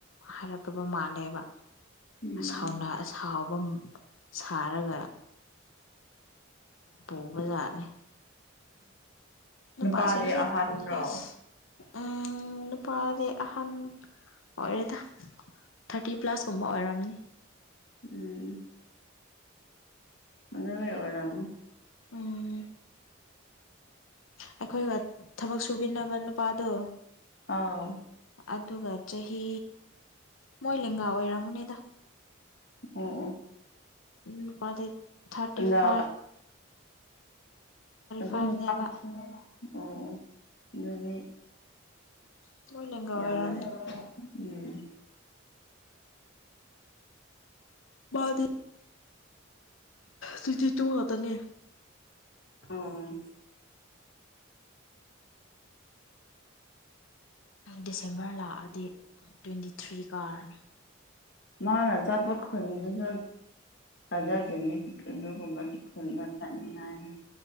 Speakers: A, on the left; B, on the left.
A: ꯍꯥꯏꯔꯛꯇꯕ ꯃꯥꯜꯂꯦꯕ
B: ꯎꯝ
A: ꯁꯎꯅ ꯁꯥꯎꯕ ꯁꯥꯔꯒ ꯄꯨꯕꯖꯥꯅꯦ ꯅꯨꯄꯥꯁꯤꯡꯁꯦ
B: ꯅꯨꯄꯥꯗꯤ ꯑꯍꯟꯔꯣ
A: ꯑꯁ ꯎꯝ ꯅꯨꯄꯥꯗꯤ ꯑꯍꯟ ꯑꯣꯏꯔꯦꯗ ꯊꯔꯇꯤ ꯄ꯭ꯂꯁꯀꯨꯝꯕ ꯑꯣꯏꯔꯝꯅꯤ
B: ꯎꯝ ꯑꯗꯨꯃꯩ ꯑꯣꯏꯔꯝꯅꯤ
A: ꯎꯝ ꯑꯩꯈꯣꯏꯒ ꯊꯕꯛ ꯁꯨꯃꯤꯟꯅꯕ ꯅꯨꯄꯥꯗꯣ
B: ꯑꯥꯎ
A: ꯑꯗꯨꯒ ꯆꯍꯤ ꯃꯣꯏ ꯂꯦꯡꯒꯥ ꯑꯣꯏꯔꯝꯃꯅꯦꯗ
B: ꯑꯣ ꯑꯣ
A: ꯅꯨꯄꯥꯗꯤ ꯊꯔꯇꯤ
B: ꯑꯗ
A: ꯐꯥꯏꯕꯤ
B: ꯑꯗꯨ
A: ꯐꯥꯏꯚꯅꯦꯕ
B: ꯅꯨꯄꯥꯁꯨ ꯑꯣ ꯑꯣ ꯑꯗꯨꯗꯤ
A: ꯎꯝ ꯃꯣꯏ ꯂꯦꯡꯒꯥ
B: ꯌꯥꯔꯦ
A: ꯑꯣꯏꯔꯝꯅꯤ
B: ꯎꯝ
A: ꯃꯥꯗꯤ ꯊꯦꯟꯇꯦꯇꯨ ꯉꯥꯛꯇꯥꯅꯤ
B: ꯑꯣ
A: ꯗꯤꯁꯦꯝꯕꯔ ꯂꯥꯛꯑꯗꯤ ꯇ꯭ꯋꯦꯟꯇꯤꯊ꯭ꯔꯤ ꯀꯥꯔꯅꯤ
B: ꯃꯥꯅ ꯆꯠꯄ ꯈꯨꯟꯗꯨꯁꯨ ꯊꯖꯗꯦꯅꯦ ꯑꯗꯨꯒꯨꯝꯕꯒꯤ ꯈꯨꯟꯗ ꯆꯥꯠꯅꯤꯟꯉꯥꯏ